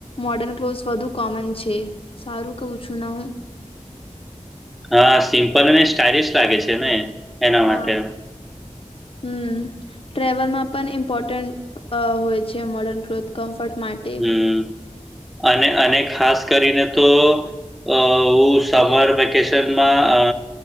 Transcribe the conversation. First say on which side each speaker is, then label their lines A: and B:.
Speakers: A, on the left (about 50°); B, in the centre.
A: મોડર્ન ક્લોથ વધુ કોમન છે સારું કવું છું હું.
B: હા સિમ્પલ અનેને સ્ટાઇલિશ લાગે છે ને. એના
A: હા.
B: <inaudible>
A: હમ. ટ્રેવલમાં પણ ઇમ્પોર્ટન્ટ હોય છે મોર્ડર્ન ક્લોથ કમ્ફર્ટ માટે.
B: હમ, અને અને ખાસ કરીને તો અ હું સમર વેકેશનમાં અ